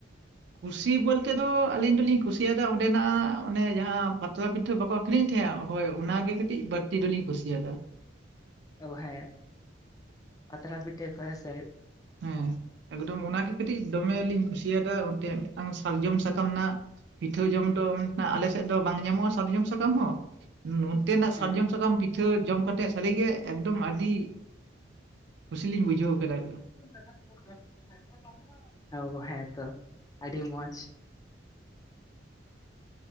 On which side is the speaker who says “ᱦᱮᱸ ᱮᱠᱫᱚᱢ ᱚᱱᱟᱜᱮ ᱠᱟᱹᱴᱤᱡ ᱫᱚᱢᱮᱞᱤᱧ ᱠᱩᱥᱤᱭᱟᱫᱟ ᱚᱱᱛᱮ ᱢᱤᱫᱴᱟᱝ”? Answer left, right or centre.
Right